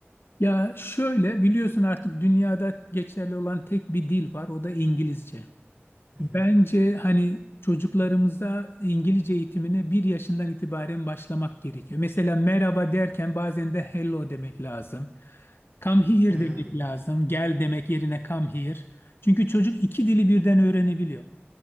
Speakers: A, on the left; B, on the right.
A: Ya şöyle biliyorsun artık dünyada geçerli olan tek bir dil var o da İngilizce.
B: Hı hı.
A: Bence hani çocuklarımıza İngilizce eğitimine bir yaşından itibaren başlamak gerekiyor. Mesela merhaba derken bazen de hello demek lazım. Come here
B: Hmm.
A: demek lazım. Gel demek yerine come here. Çünkü çocuk iki dili birden öğrenebiliyor.